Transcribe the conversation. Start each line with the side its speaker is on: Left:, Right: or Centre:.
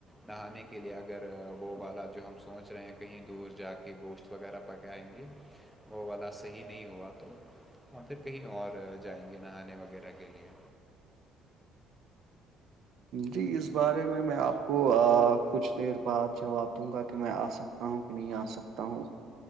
Centre: نہانے کے لیے اگر وہ والا جو ہم سوچ رہے ح کہیں دور جا کے گوشت وغیرہ پ کے آئیں گے وہ والا صحیح نہیں ہوا تو اور پھر کہیں اور جائیں گے نہانے وغیرہ کے لیے
Right: جی اس بارے میں میں آپ کو کچھ دیر بعد جواب دوں گا کہ میں آ سکتا ستا ہوں کہ نہیں آ سکتا ہوں